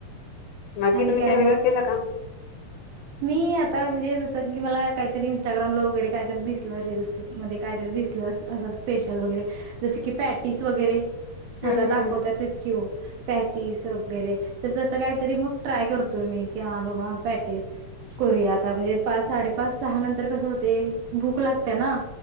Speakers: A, on the left (about 80°); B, on the right (about 80°).
A: बाकी
B: आणि
A: तुम्ही
B: काय
A: काही
B: मग
A: वेगळं केलं का?
B: मी आता. म्हणजे <unintelligible> ज की मला काहीतरी इंस्टाग्रामला वगैरे काहीतरी दिसलं रील्स मध्ये काहीतरी दिसलं असं स्पेशल वगैरे जसं की पॅटीस वगैरे
A: हम्म
B: आता
A: हम्म
B: दाखवत
A: हम्म
B: तेच स्कीवो पॅट तीस वगैरे तर तस काहीतरी मग ट्राय करतोय मी. क हां बाबा पॅटे करूया आता म्हणजे. पास साडेपास सहा नंतर कसं होतेये भूक लागते ना,